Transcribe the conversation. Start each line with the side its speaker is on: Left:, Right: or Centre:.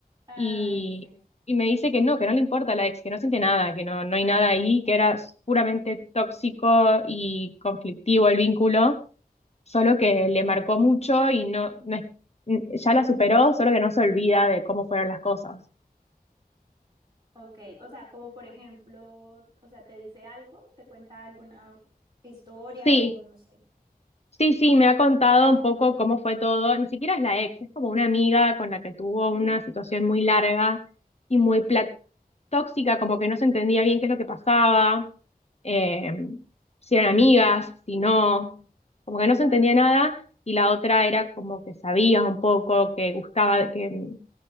Right: Ay,
Left: y,
Right: sí. sí.
Left: y me dice que no, que no le importa la ex, que no siente nada, que no, no hay nada ahí, que era puramente tóxico y conflictivo el vínculo. solo que le marcó mucho y no, no es- ya la superó, solo que no se olvida de cómo fueron las cosas.
Right: Ok, o sea, como por ejemplo, o sea, te dice algo, te cuenta alguna historia
Left: Sí,
Right: o no sé.
Left: sí, sí, me ha contado un poco cómo fue todo, ni siquiera es la ex, es como una amiga con la que tuvo
Right: Ujú,
Left: una situación muy larga y
Right: Y
Left: muy
Right: tóxica.
Left: pla- tóxica, como que no se entendía bien qué es lo que pasaba, eh, si eran amigas, si no, como que no
Right: Ah,
Left: se entendía nada. Y la otra era como que sabía un poco que gustaba, que,